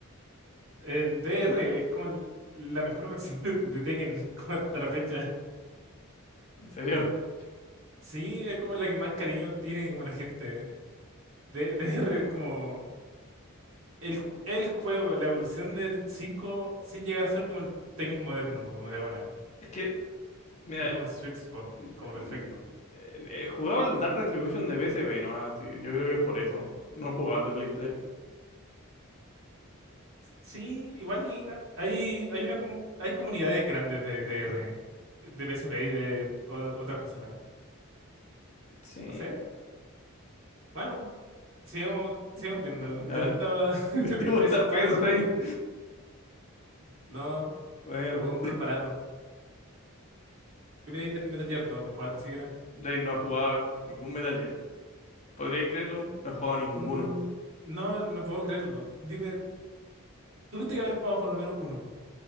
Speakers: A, on the right; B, on the left.
A: El DR es como el- la mejor <laughs> versión de, de Tekken, <laughs> como hasta la fecha.
B: En serio. <laughs>
A: Sí, es como la que más cariño tiene como la gente. D- DR es como el, ju- el juego, la evolución del 5 sin llegar a ser como el Tekken moderno, como de ahora.
B: Es que, mira,
A: Es como
B: eh,
A: el sweet spot, eh,
B: eh,
A: como perfecto.
B: he jugado el Dark Retribution de P PSP, ¿no? Así, yo creo que es por eso. No he jugado el de Play 3.
A: Sí, igual la- hay, hay una comu- hay comunidades grandes de, de, R, de PSP y de o- otras consolas.
B: Sí.
A: No sé. Bueno, sigamos, sigamos
B: A
A: viendo.
B: ver,
A: ¿Te gusta
B: <laughs>
A: <laughs> el
B: ¿te
A: PES
B: gusta
A: 4?
B: P PES, Rain?
A: No,
B: Bueno,
A: lo puedo comprar barato. ¿Qué opináis del Metal Gear 2? ¿Lo jugaste siquiera?
B: Rain no ha jugado ningún Metal Gear. ¿Podríais creerlo? weón? No he jugado ninguno.
A: Mm, no, no puedo creerlo. Dime, tuviste que haber jugado por lo menos uno.